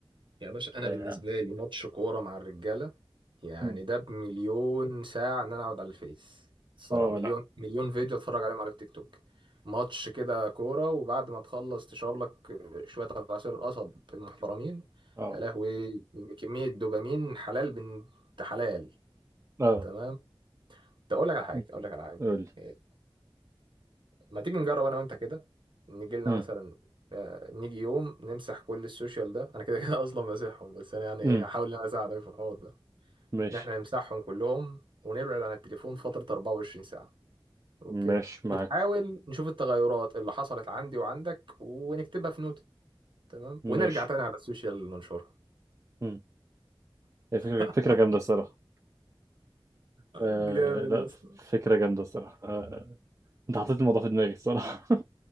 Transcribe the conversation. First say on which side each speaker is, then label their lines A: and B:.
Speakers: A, on the right (about 60°); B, on the right (about 30°).
A: يا باشا انا
B: اه
A: بالنسبه لي ماتش كوره مع الرجاله يعني
B: مم.
A: ده بمليون ساعه ان انا اقعد على الفيس الصراحه
B: آه،
A: مليون
B: لا
A: مليون فيديو اتفرج عليهم على التيك توك ماتش كده كوره وبعد ما تخلص تشرب لك شويه عصير القصب المحترمين
B: اه
A: يا لهوي كميه دوبامين حلال بنت حلال
B: اه
A: تمام طب اقول لك على حاجه
B: مم.
A: اقول لك على حاجه
B: قول لي
A: يعني ما تيجي نجرب انا وانت كده نيجي لنا
B: مم.
A: مثلا آه، نيجي يوم نمسح كل السوشيال ده انا كده كده <laughs> اصلا ماسحهم بس انا يعني
B: مم.
A: ايه هحاول ان انا اساعدك في الحوار ده
B: ماشي
A: ان احنا نمسحهم كلهم ونبعد عن التليفون فترة 24 ساعة اوكي
B: ماشي معاك
A: وتحاول نشوف التغيرات اللي حصلت عندي وعندك ونكتبها في نوتة تمام ونرجع
B: ماشي
A: تاني على السوشيال ننشرها
B: مم. هي فكره
A: <laughs>
B: فكره جامده الصراحه آه
A: جامد
B: لا
A: يا اسطى
B: فكره جامده الصراحه آه انت حطيت الموضوع في دماغي الصراحه